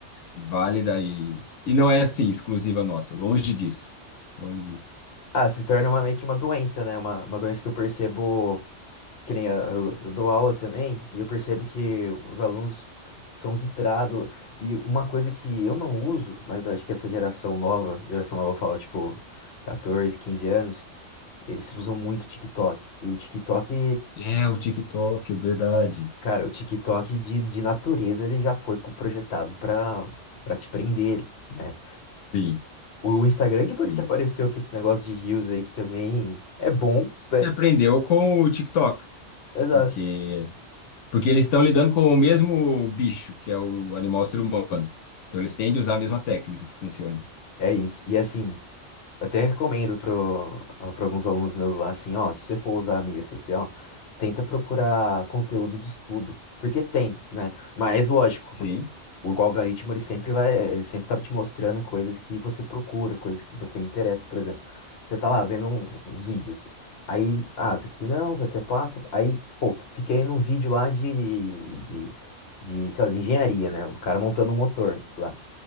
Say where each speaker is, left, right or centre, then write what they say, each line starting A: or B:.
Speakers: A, on the left (about 80°); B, on the left (about 60°).
A: válida e, e não é, assim, exclusiva nossa, longe disso. Longe disso.
B: Ah, se torna uma, meio que uma doença, né? Uma, uma doença que eu percebo. Que nem a- eu, eu dou aula também, e eu percebo que os alunos são vitrados. E uma coisa que eu não uso, mas acho que essa geração nova, geração nova eu falo, tipo, 14, 15 anos. Eles usam muito TikTok. E o TikTok,
A: É, o TikTok, verdade.
B: cara, o TikTok de, de natureza ele já foi co- projetado pra, pra te prender né?
A: Sim,
B: O Instagram, depois
A: sim.
B: que apareceu com esse negócio de Reels aí, que também é bom, né?
A: Que aprendeu com o TikTok,
B: Exato.
A: porque porque eles estão lidando com o mesmo bicho, que é o animal ser humano. Então eles tendem a usar a mesma técnica que funciona.
B: É isso. E assim, eu até recomendo pro, ah, pra alguns alunos meus lá, assim, ó, se você for usar a mídia social, tenta procurar conteúdo de estudo. Porque tem, né? Mas lógico,
A: Sim,
B: O algoritmo, ele sempre vai, ele sempre tá te mostrando coisas que você procura, coisas que você interessa. Por exemplo, você tá lá vendo um- uns vídeos. Aí, ah, isso aqui não, isso aqui você passa. Aí, pô, fiquei num vídeo lá de, de, de, sei lá, de engenharia, né? O cara montando um motor lá.